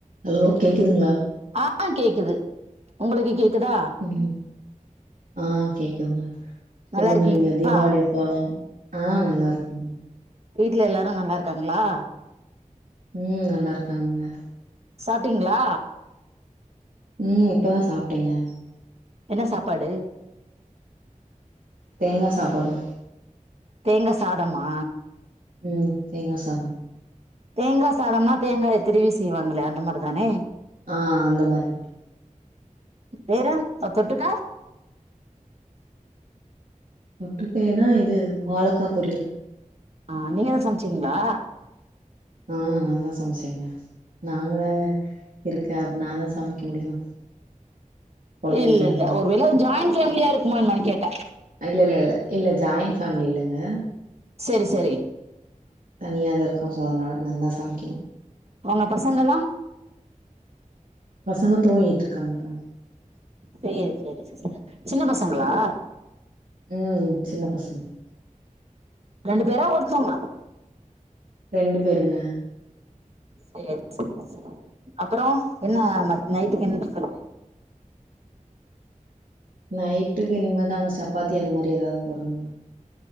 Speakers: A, on the right; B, on the right.
A: ஹலோ கேட்குதுங்களா
B: ஆ கேக்குது உங்களுக்கு கேக்குதா
A: ம் ஆ கேட்குதுங்க சொல்லுங்க
B: நல்லா இருக்கீங்களா
A: நீங்க தீபாவளியப் அ ஆ நல்லா இருக்கேங்க
B: வீட்டு்ல எல்லாரு நல்லா இருக்காங்களா
A: ம் நல்லா இருக்காங்கங்க
B: சாப்பிட்டீங்களா
A: ம் இப்போதா சாப்டேங்க
B: என்ன சாப்பாடு
A: தேங்கா சாப்பாடு
B: தேங்க சாதம்மா
A: உம் தேங்கா சாதோ
B: தேங்கா சாதோம்னா தேங்கவ திருவி செய்வாங்களே அந்த மாரி தானே
A: ஆ அந்த மாரி தா
B: வேற ஆ தொட்டுக்கா
A: தொட்டுக்கைனா இது வாழக்கா பொரியல்
B: ஆ நீங்க தா சமைச்சீங்ளா
A: ஆ நா தா சமைச்சேங்க நாங்க த இருக்கே அத நா தா சமைக்க முடியு கொழந்தைங்க
B: இல்ல இல்ல
A: எல்லாத்துக்கு
B: ஒர் வேல ஜாயிண்ட் ஃபேமலியா இருக்குமொன் கேட்டே
A: ஆ இல்ல இல்ல இல்ல ஜாயின் ஃபேம்மிலி இல்லங்க
B: செரி செரி
A: தனியா தா இருக்கோ சோ அதனால நா தா சமைக்கணு
B: ஒங்க பசங்க எல்லா
A: பசங்க தூங்கிட்டு இருக்காங்கங்க
B: சேரி சேரி சிஸ்டர் சின்ன பசங்களா
A: உம் சின்ன பசங்க
B: ரெண்டு பேரா ஒர்த்தவங்களா
A: ரெண்டு பேருங்க
B: சேரி சேரி சேர் அப்புறோ என்ன நைட்டுக்கு என்ன ஃடிபென்
A: நைட்டுக்கு இனிமே தாங்க சப்பாத்தி அது மாரி ஏதாது போடணுங்க